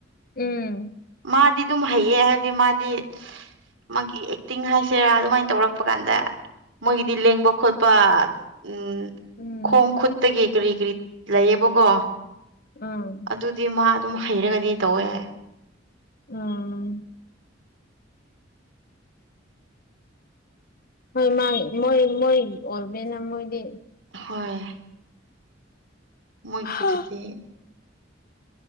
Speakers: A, on the left; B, on the right.
A: ꯎꯝ
B: ꯃꯥꯗꯤ ꯑꯗꯨꯝ ꯍꯩꯌꯦ ꯍꯥꯏꯕꯗꯤ ꯃꯥꯗꯤ ꯃꯥꯒꯤ ꯑꯦꯛꯇꯤꯡ ꯍꯥꯏꯁꯦꯔꯥ ꯑꯗꯨꯃꯥꯏꯅ ꯇꯧꯔꯛꯄ ꯀꯥꯟꯗ ꯃꯣꯏꯒꯤꯗꯤ ꯂꯦꯡꯕ ꯈꯣꯠꯄ ꯎꯝ
A: ꯎꯝ
B: ꯈꯣꯡ ꯈꯨꯠꯇꯒꯤ ꯀꯔꯤ ꯀꯔꯤ ꯂꯩꯌꯦꯕꯀꯣ
A: ꯑꯥ
B: ꯑꯗꯨꯗꯤ ꯃꯥ ꯑꯗꯨꯝ ꯍꯩꯔꯒꯗꯤ ꯇꯧꯋꯦ
A: ꯎꯝ ꯍꯣꯏ ꯃꯥ ꯃꯣꯏ ꯃꯣꯏ ꯑꯣꯏꯕꯅꯤꯅ ꯃꯣꯏꯗꯤ
B: ꯍꯣꯏ ꯃꯣꯏꯒꯤ
A: ꯍꯥ
B: ꯊꯨꯗꯤ